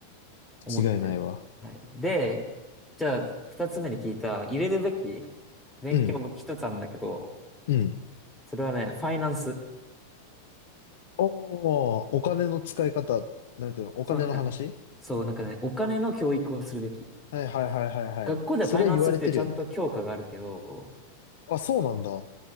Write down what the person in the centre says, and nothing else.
思ってる。
はい。で、じゃあ、二つ目に聞いた、入れるべき勉強僕一つあるんだけど、
それはね、ファイナンス。
そう、なんか、そう、なんかね、お金の教育をするべき。
学校ではファイナンスってちゃんと教科があるけど、